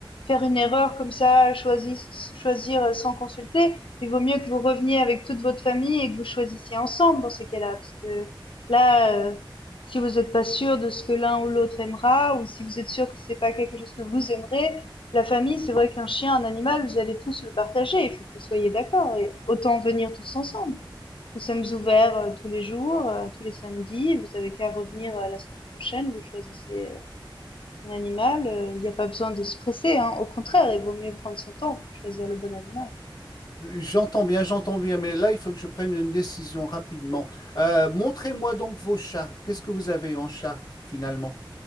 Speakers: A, on the left; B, on the left.
A: faire une erreur comme ça, choisir, choisir euh, sans consulter. Il vaut mieux que vous reveniez avec toute votre famille et que vous choisissiez ensemble dans ces cas-là, parce que là, euh, si vous n'êtes pas sûr de ce que l'un ou l'autre aimera, ou si vous êtes sûr que c'est pas quelque chose que vous aimerez, la famille, c'est vrai qu'un chien, un animal, vous allez tous le partager. Il faut que vous soyez d'accord et autant venir tous ensemble. Nous sommes ouverts euh, tous les jours, euh, tous les samedis. Vous avez qu'à revenir euh, la semaine prochaine. Vous choisissez euh, un animal. Euh, Il n'y a pas besoin de se presser, hein. Au contraire, il vaut mieux prendre son temps pour choisir le bon animal.
B: J'entends bien, j'entends bien, mais là, il faut que je prenne une décision rapidement. Euh, montrez-moi donc vos chats. Qu'est-ce que vous avez en chat, finalement?